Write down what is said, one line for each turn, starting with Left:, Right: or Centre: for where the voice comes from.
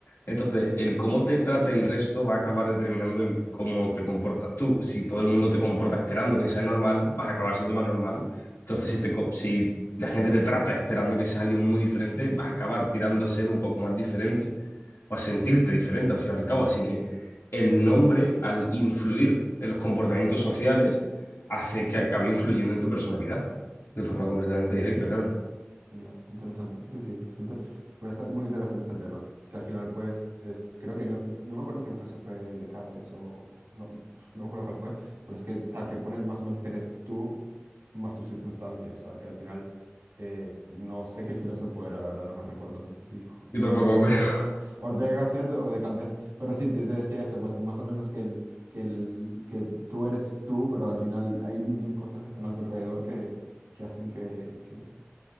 Left: Entonces,
Right: mm, mm.
Left: el cómo te trate el resto va a acabar determinando el cómo te comportas tú. Si todo el mundo te comporta esperando que sea normal, vas a acabar siendo más normal. Entonces, si te co- si la gente te trata esperando que seas alguien muy diferente, vas a acabar tirando a ser un poco más diferente o a sentirte diferente al fin y al cabo. Así que el nombre, al influir en los comportamientos sociales, hace que acabe influyendo en tu personalidad de forma completamente directa, claro.
Right: Ya, interesante. Sí, sí, bastante. me Parece muy interesante ese tema. Que al final, pues, es. Creo que no, no, no me acuerdo quién fue, si fue Descartes o. o No, no me acuerdo cuál fue. Pero es que, o sea, que pone más o menos que eres tú más tu circunstancia. O sea, que al final. eh, no sé qué filósofo era, la verdad, no me recuerdo. No sé si,
Left: Yo tampoco
Right: si Ortega,
Left: me acuerdo.
Right: Or-
Left: <laughs>
Right: Ortega Gasset o Descartes. Pero sí, te, te decía eso, pues, que más o menos que, el, que, el, que tú eres tú, pero al final hay mil y un cosas que están a tu alrededor que que hacen que, que,